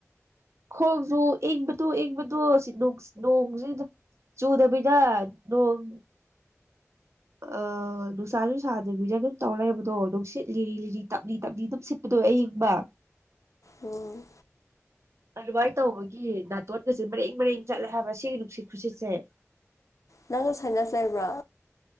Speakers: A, on the right; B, on the left.
A: ꯈꯣꯡꯁꯨ ꯏꯪꯕꯗꯨ ꯏꯪꯕꯗꯣ ꯁꯤ ꯅꯣꯡꯁꯤꯗ ꯆꯨꯗꯕꯤꯗ ꯅꯣꯡ ꯑ ꯅꯨꯡꯁꯥꯁꯨ ꯁꯥꯗꯕꯤꯗ ꯑꯗꯨꯝ ꯇꯧ ꯂꯩꯕꯗꯣ ꯅꯨꯡꯁꯤꯠ ꯂꯤꯔꯤ ꯂꯤꯔꯤ ꯇꯞꯂꯤ ꯇꯞꯂꯤ ꯑꯗꯨꯝ ꯁꯤꯠꯄꯗ ꯑꯌꯤꯡꯕ
B: ꯎꯝ
A: ꯑꯗꯨꯃꯥꯏ ꯇꯧꯕꯒꯤ ꯅꯥꯇꯣꯟꯒꯁꯦ ꯃꯔꯦꯡ ꯃꯔꯦꯡ ꯆꯠꯂꯦ ꯍꯥꯏꯕ ꯁꯤꯒꯤ ꯅꯨꯡꯁꯤꯠ ꯈꯨꯁꯤꯠꯁꯦ
B: ꯅꯪꯅ ꯁꯥꯏꯅꯁ ꯂꯩꯕ꯭ꯔꯣ